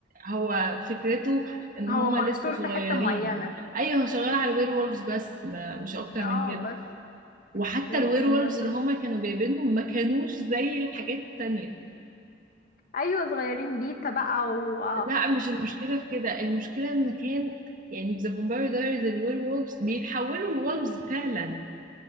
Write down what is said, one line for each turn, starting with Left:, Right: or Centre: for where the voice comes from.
Right: هو فكرته ان
Left: هو
Right: هما
Left: محصور
Right: لسه صغيرين
Left: في حتة معينة
Right: ايوه هو شغال على الوير وولفز بس ما مش اكتر
Left: اه
Right: من كده
Left: بس
Right: وحتى
Left: لكن
Right: الوير وولفز
Left: شوف
Right: اللي هما كانوا جايبينهم ما كانوش زي الحاجات التانية
Left: ايوه صغيرين بيتا بقى و...
Right: لا مش المشكلة
Left: و...
Right: في كده المشكلة ان كان يعني في ذا فامباير دايريز الوير وولفز بيتحولوا لولفز فعلا